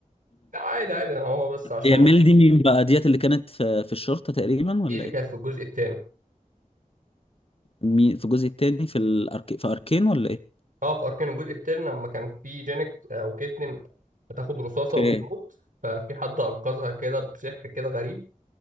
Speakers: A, on the right; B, on the left.
A: لا، عادي عادي هو بس عشان
B: هي ميل دي مين بقى ديت اللي كانت في, في الشرطة تقريبا ولا
A: دي اللي
B: ايه
A: كانت في الجزء الثاني
B: مين في الجزء التاني في الأرك... في أركين ولا ايه
A: اه في اركان الجزء الثاني لما كان في جانيت آه، وكيتلين هتاخد رصاصة
B: اوكي
A: وتموت ففي حد انقذها كده بسحر كده غريب